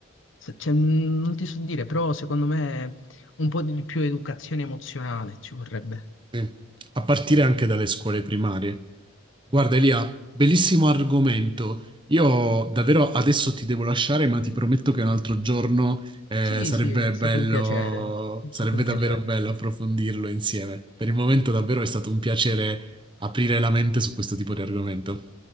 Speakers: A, on the left; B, on the right.
A: se- cioè, mh, non ti so dire, però secondo me un po' di più educazione emozionale ci vorrebbe.
B: Sì. A partire anche dalle scuole primarie. Guarda Elia, bellissimo argomento. Io davvero adesso ti devo lasciare, ma ti prometto che un altro giorno eh,
A: Sì,
B: sarebbe
A: sì, è stato
B: bello,
A: un piacere, è
B: sarebbe
A: stato un
B: davvero
A: piacere.
B: bello approfondirlo insieme. Per il momento davvero è stato un piacere aprire la mente su questo tipo di argomento.